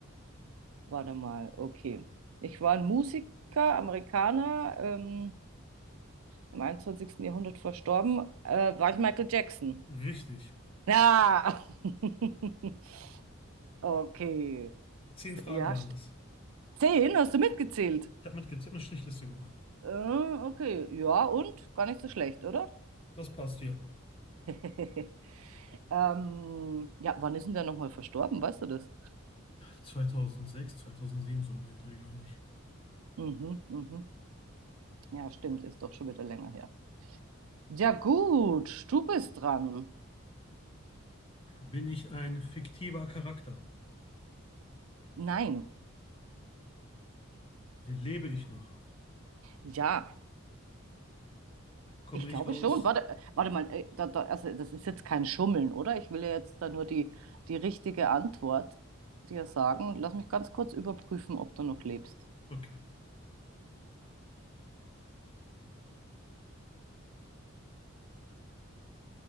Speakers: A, on the right; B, on the left.
A: Warte mal, okay. Ich war ein Musiker, Amerikaner, ähm, im einundzwanzigsten Jahrhundert verstorben. Äh, war ich Michael Jackson?
B: richtig.
A: Ja. <laughs> Okay.
B: Zehn Fragen
A: Ja,
B: waren
A: st-
B: das.
A: zehn, hast du mitgezählt?
B: Ich habe mit getippt eine Strichliste gemacht.
A: Äh, okay, ja, und? Gar nicht so schlecht, oder?
B: Das passt, ja.
A: <laughs> Ähm, ja, wann ist denn der nochmal verstorben? Weißt du das?
B: 2006, 2007, so um den Dreh, glaube ich.
A: Mhm, mhm. Ja, stimmt, ist doch schon wieder länger her. Ja, gut, du bist dran.
B: Bin ich ein fiktiver Charakter?
A: Nein,
B: Lebe ich noch?
A: ja,
B: Komme
A: ich
B: ich
A: glaube
B: aus,
A: schon. Warte, äh, warte mal, äh, da, da, also das ist jetzt kein Schummeln, oder? Ich will ja jetzt da nur die, die richtige Antwort dir sagen. Lass mich ganz kurz überprüfen, ob du noch lebst.
B: okay,